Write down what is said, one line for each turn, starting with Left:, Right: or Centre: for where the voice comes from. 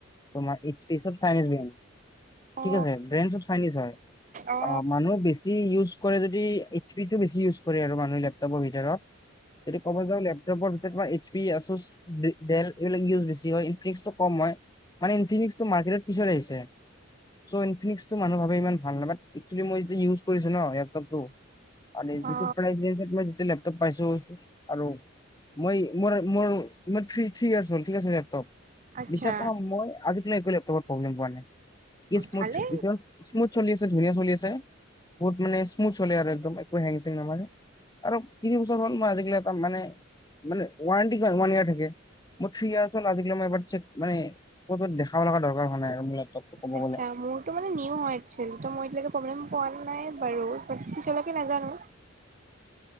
Left: তোমাৰ এইচ পি চব চাইনীজ ব্ৰেণ্ড।
Right: অ
Left: ঠিক আছে। ব্ৰেণ্ড চব চাইনীজ হয়,
Right: অ অ
Left: মানুহে বেছি ইউজ কৰে যদি এইচ পিটো বেছি ইউজ কৰে আৰু মানুহেলেপ <inaudible> ভিতৰত এইটো ক'ব যাওঁ লেপটপৰ তোমাৰ এইচ পি, আছোচ, ডেল এইবিলাক ইউজ বেছি হয়, ইনফিক্সটো কম হয়। মানে ইনফিনিক্সটো মাৰ্কেটত পিছত আহিছে চ' ইনফিনিক্সটো মানুহ ভাবে ইমান ভাল নহয় বাট এক্সুৱেলি মই যেতিয়া ইউজ কৰিছোঁ ন লেপটপটো <unintelligible>
Right: অ
Left: পাইছো আৰু মই মোৰ মোৰ মোৰ থ থ্ৰী ইয়াৰ্চ হ'ল ঠিক আছে লেপটপ।
Right: আচ্ছা
Left: বিশ্বাস কৰা মই আজি একোৱেই লেপটপত প্ৰব্লেম পোৱা নাই। কি স্মুথ
Right: ভালে
Left: এতিয়াও স্মু চলি আছে, ধুনীয়া চলি আছে বহুত মানে স্মুথ চলে আৰু একদম একো হেং চেং নামাৰে। আৰু তিনি বছৰ হ'ল মই আজিক লাগি এটা মানে মানে ৱাৰেণ্টি ওৱান ইয়াৰ থাকে মোৰ থ্ৰী ইয়াৰ্ছ হ'ল আজিক‌ লৈকে মই এবাৰ মানে ক'ৰবাত দেখাব লগা দৰকাৰ হোৱা নাই। লেপটপটো ক'ব
Right: আচ্ছা,
Left: গ'লে
Right: মোৰটো মানে নিউ হয় এক্সুৱেলি ত' মই এতিয়ালেকে প্ৰব্লেম পোৱা নাই বাৰু বাট পিছলৈকে নাজানো।